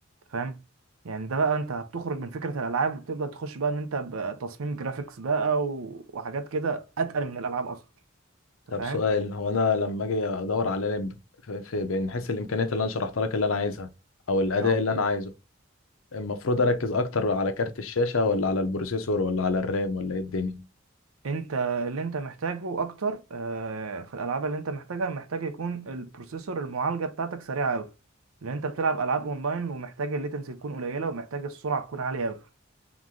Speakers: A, on the right; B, on the left.
A: فاهم يعني ده بقى انت بتخرج من فكرة الالعاب وبتبدأ تخش بقى ان انت بقى تصميم جرافيكس بقى و... وحاجات كده اتقل من الالعاب اصلا انت
B: طب
A: فاهم
B: سؤال هو انا لما اجي ادور على لعب في... في... بنحس الامكانيات اللي انا شرحتها لك اللي انا عايزها او الاداء
A: اه
B: اللي انا عايزه المفروض اركز اكتر على كارت الشاشه ولا على البروسيسور ولا على الرام ولا ايه الدنيا
A: انت اللي انت محتاجه اكتر آه، في الالعاب اللي انت محتاجها محتاج يكون البروسيسور المعالجة بتاعتك سريعة قوي لان انت بتلعب العاب اونلاين ومحتاج الليتنسي تكون قليلة ومحتاج السرعة تكون عالية قوي